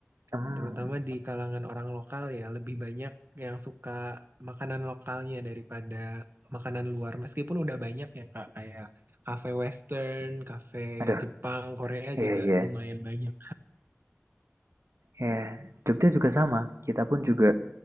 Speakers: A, on the right; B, on the right.
A: Hmm,
B: Terutama di kalangan orang lokal ya, lebih banyak yang suka makanan lokalnya daripada makanan luar. Meskipun udah banyak ya, Kak, kayak kafe Western, kafe
A: aduh,
B: Jepang, Korea
A: iya
B: juga
A: iya.
B: lumayan banyak.
A: Ya, Jogja juga sama. Kita pun juga